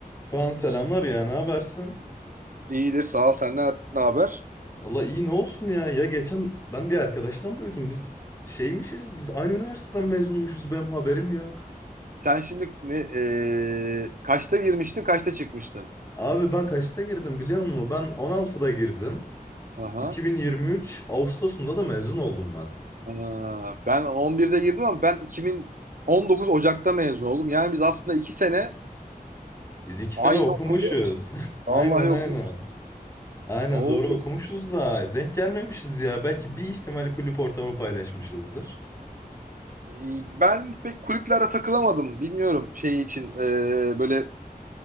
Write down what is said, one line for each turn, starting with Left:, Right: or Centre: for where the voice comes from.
Left: Kaan selamlar ya ne habersin?
Right: İyidir sağ ol. Senden ne haber?
Left: Valla iyi ne olsun ya ya geçen ben bir arkadaştan duydum biz şeymişiz biz aynı üniversiteden mezunmuşuz benim haberim yok.
Right: Sen şimdi ne e, kaçta girmiştin, kaçta çıkmıştın?
Left: Abi ben kaçta girdim biliyor musun? Ben 16'da girdim.
Right: Aha.
Left: 2023 Ağustos'unda da mezun oldum ben.
Right: Aa, ben 11'de girdim ama ben 2019 Ocak'ta mezun oldum. Yani biz aslında 2 sene
Left: Biz iki
Right: aynı
Left: sene okumuşuz.
Right: okulu
Left: <laughs> Aynen
Right: vallahi
Left: aynen.
Right: okumuşuz.
Left: Aynen
Right: Oo.
Left: doğru okumuşuz da denk gelmemişiz ya. Belki bir ihtimal kulüp ortamı paylaşmışızdır.
Right: Ee, Ben pek kulüplere takılamadım. Bilmiyorum şey için e, böyle